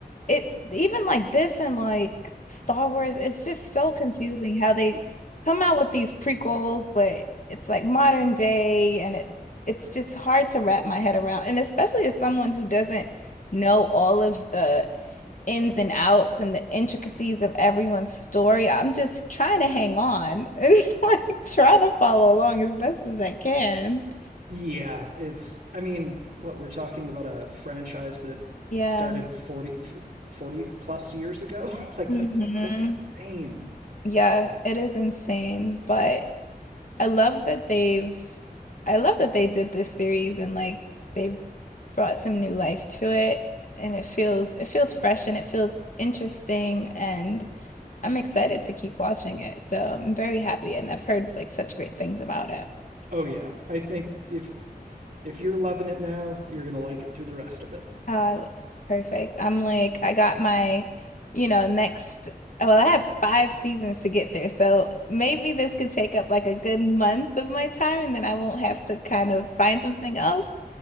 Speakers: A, on the left; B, on the right.
A: it even like this and like Star Wars, it's just so confusing how they come out with these prequels, but it's like modern day and it it's just hard to wrap my head around. And especially as someone who doesn't know all of the ins and outs and the intricacies of everyone's story, I'm just trying to hang on <laughs> and like trying to follow along as best as I can.
B: Yeah, it's I mean, what we're talking about a franchise that
A: Yeah.
B: started forty forty plus years ago. <laughs> like
A: hmm
B: that's in, that's insane.
A: Yeah, it is insane, but I love that they've I love that they did this series and like they've brought some new life to it and it feels it feels fresh and it feels interesting and I'm excited to keep watching it. So I'm very happy and I've heard like such great things about it.
B: Oh yeah. I think if if you're loving it now, you're going to like it through the rest of it.
A: Oh, perfect. I'm like, I got my, you know, next, well, I have five seasons to get there. So maybe this could take up like a good month of my time, and then I won't have to kind of find something else